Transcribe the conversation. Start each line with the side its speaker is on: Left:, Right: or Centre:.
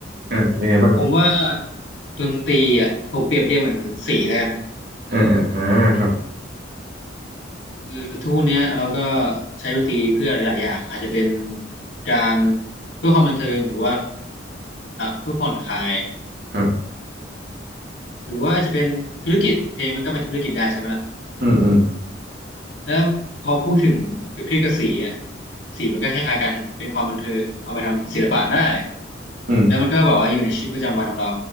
Right: อ่ะยังไงบ้างครับ
Left: ผมว่าดนตรีอ่ะผมเปรียบเทียบเหมือนสีแล้วกัน
Right: อ่าอ่าอ่าครับ
Left: คือทุกวันเนี้ยเราก็ใช้ดนตรีเพื่อหลายๆอย่างอาจจะเป็นการเพื่อความบันเทิงหรือว่าเพื่อผ่อนคลาย
Right: ครับ
Left: หรือว่าอาจจะเป็นธุรกิจเพลงมันก็เป็นธุรกิจได้ใช่ไหมล่ะ
Right: อืมอืม
Left: แล้วพอพูดถึงเปรียบเทียบกับสีอ่ะสีมันก็คล้ายๆกันเป็นความบันเทิงเอาไปทำศิลปะได้
Right: อืม
Left: แล้วมันก็แบบว่าอยู่ในชีวิตประจำวันของเรา